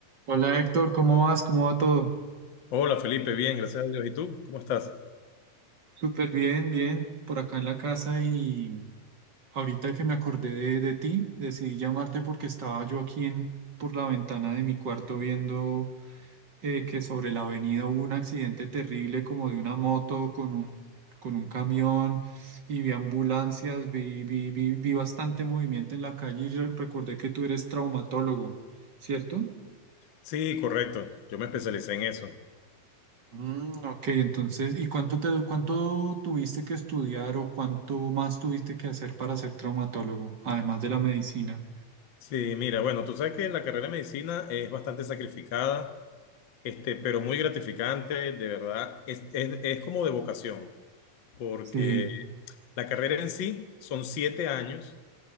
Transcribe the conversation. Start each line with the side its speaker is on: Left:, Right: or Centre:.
Right: Hola Héctor, ¿cómo vas? ¿Cómo va todo?
Left: Hola Felipe, bien, gracias a Dios. ¿Y tú? ¿Cómo estás?
Right: Súper bien, bien, por acá en la casa y ahorita que me acordé de, de ti, decidí llamarte porque estaba yo aquí en, por la ventana de mi cuarto viendo eh, que sobre la avenida hubo un accidente terrible como de una moto con un, con un camión y vi ambulancias, vi, vi, vi, vi bastante movimiento en la calle y re- recordé que tú eres traumatólogo, ¿cierto?
Left: Sí, correcto. Yo me especialicé en eso.
Right: Mm, ok, entonces, ¿y cuánto te, cuánto tuviste que estudiar o cuánto más tuviste que hacer para ser traumatólogo, además de la medicina?
Left: Sí, mira, bueno, tú sabes que la carrera de medicina es bastante sacrificada, este, pero muy gratificante, de verdad. Es, es, es como de vocación, porque
Right: Sí,
Left: la carrera en sí son siete años